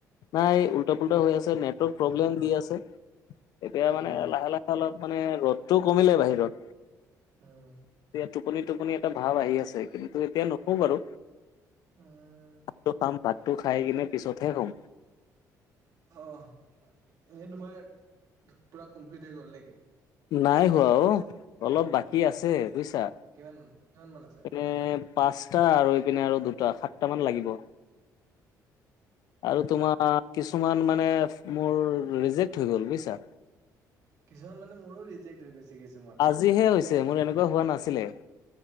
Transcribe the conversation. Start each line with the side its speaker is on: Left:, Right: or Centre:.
Left: নাই এই উল্টা পুলটা হৈ আছে নেটৱৰ্ক প্ৰব্লেম দি আছে। এতিয়া
Right: উম,
Left: মানে লাহে লাহে অলপ মানে ৰ'দটো কমিলে বাহিৰত।
Right: অ'।
Left: এতিয়া টোপনি টোপনি এটা ভাৱ আহি আছে কিন্তু এতিয়া নুশো বাৰু।
Right: অ'।
Left: ভাতটো খাম ভাতটো খাই কিনে পিছতহে শুম।
Right: অঁ', এনেই তোমাৰ পূৰা কমপ্লিট হৈ গ'ল নেকি?
Left: নাই হোৱা অ অলপ বাকী আছে বুজিছা।
Right: কিমান মান কিমান মান আছে?
Left: এ পাঁচটা আৰু এইপিনে আৰু দুটা সাতটা মান লাগিব।
Right: সাতটা।
Left: আৰু তোমাৰ কিছুমান মানে মোৰ ৰিজেক্ট হৈ গ'ল বুজিছা।
Right: কিছুমান মানে মোৰো ৰিজেক্ট হৈ গৈছে কিছুমান।
Left: আজিহে হৈছে মোৰ এনেকুৱা হোৱা নাছিলে।